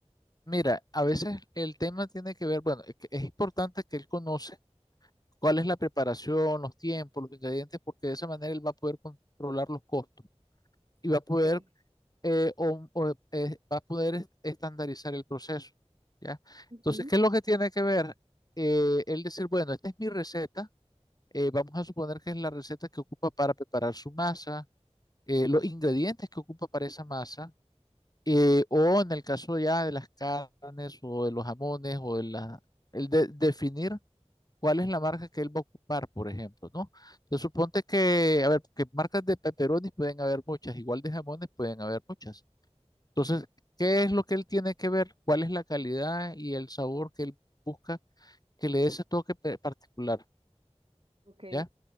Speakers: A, on the left; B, on the right.
A: Mira, a veces el tema tiene que ver, bueno, es que es importante que él conozca cuál es la preparación, los tiempos, los ingredientes, porque de esa manera él va a poder controlar los costos y va a poder,
B: Ok.
A: eh, o- o, eh, va a poder est- estandarizar el proceso, ¿ya?
B: Ujú,
A: Entonces, ¿qué es lo que tiene que ver? Eh, él decir, bueno, esta es mi receta, eh, vamos a suponer que es la receta que ocupa para preparar su masa, eh, los ingredientes que ocupa para esa masa, eh, o en el caso ya de las carnes o de los jamones o de la, el de- definir cuál es la marca que él va a ocupar, por ejemplo, ¿no? Entonces suponte que, a ver, que marcas de pepperonis pueden haber muchas, igual de jamones pueden haber muchas. Entonces, ¿qué es lo que él tiene que ver? ¿Cuál es la calidad y el sabor que él busca que le dé ese toque pe- particular,
B: Ok.
A: ¿ya?